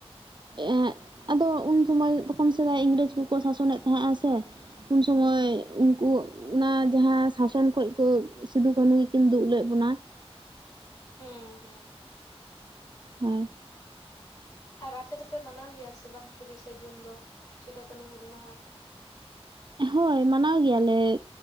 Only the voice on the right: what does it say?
ᱮᱫ ᱟᱫᱚ ᱩᱱ ᱥᱚᱢᱚᱭ ᱛᱚᱠᱷᱚᱱ ᱥᱮᱫᱟᱭ ᱤᱝᱨᱮᱡᱽ ᱠᱚᱠᱚ ᱥᱟᱥᱚᱱᱮᱫ ᱛᱟᱦᱮᱸᱜᱼᱟ ᱥᱮ ᱩᱱ ᱥᱚᱢᱚᱭ
ᱩᱱ ᱠᱩ ᱚᱱᱟ ᱡᱟᱦᱟᱸ ᱥᱟᱥᱚᱱ ᱠᱷᱚᱡ ᱠᱚ ᱥᱤᱫᱩ ᱠᱟᱹᱱᱩ ᱜᱮᱠᱤᱱ ᱫᱩᱜ ᱞᱮᱫ ᱵᱚᱱᱟ᱾
ᱦᱳᱭ
ᱦᱳᱭ ᱢᱟᱱᱟᱣ ᱜᱮᱭᱟᱞᱮ᱾